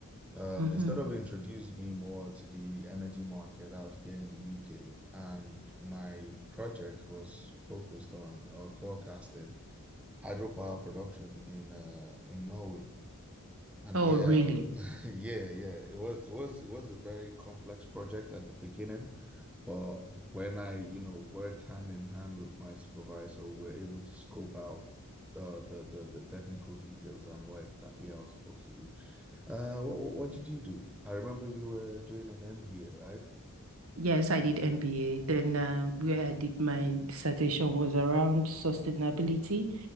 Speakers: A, in the centre; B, on the right.
A: Um,
B: Mm-hmm.
A: it sort of introduced me more to the energy market out here in the UK, and my project was focused on uh, forecasting hydropower production in uh, in Norway. And
B: Oh,
A: yeah,
B: really?
A: I was, <laughs> yeah, yeah, it was it was it was a very complex project at the beginning. But when I, you know, worked hand in hand with my supervisor, we're able to scope out uh, the the the technical details and what exactly I was supposed to do. Uh, what what, what did you do? I remember you were doing an MBA, right?
B: Yes, I did MBA. Then um, where I did my dissertation was around sustainability.